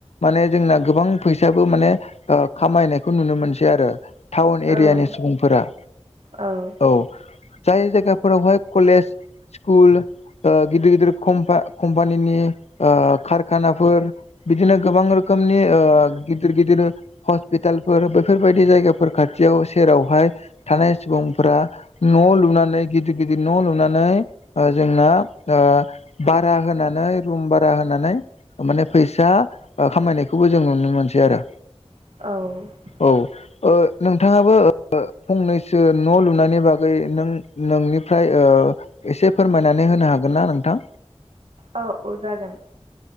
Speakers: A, on the left; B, on the right.
A: माने जोंना गोबां फैसाबो माने खामायनायखौ नुनो मोनसै आरो टाउन
B: औ
A: एरियानि सुबुंफोरा
B: औ
A: औ जाय जायगाफोरावहाय कलेज स्कुल ओ गिदिर गिदिर कम कम्पानिनि कारखानाफोर बिदिनो गोबां रोखोमनि ओ गिदिर गिदिर हस्पिटालफोर बैफोरबायदि जायगाफोर खाथियाव सेरावहाय थानाय सुबुंफोरा न' लुनानै गिदिर गिदिर न' लुनानै ओ जोंना ओ बारहा होनानै रुम बारहा होनानै माने फैसा ओ खामायनायखौबो जों नुनो मोनसै आरो
B: औ
A: औ ओ नोंथाङाबो ओ फंनैसो न' लुनायनि बागै नों नोंनिफ्राय ओ एसे फोरमायनानै होनो हागोन ना नोंथां?
B: औ ओ जागोन